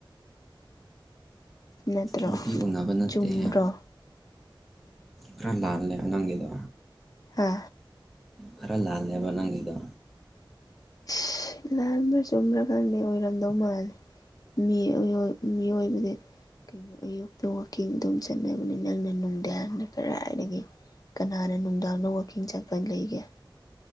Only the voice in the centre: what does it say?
ꯅꯨꯄꯤ ꯎꯅꯕ ꯅꯠꯇꯦꯍꯦ
ꯈꯔ ꯂꯥꯜꯂꯦ ꯅꯪꯒꯤꯗꯣ
ꯈꯔ ꯂꯥꯜꯂꯦꯕ ꯅꯪꯒꯤꯗꯣ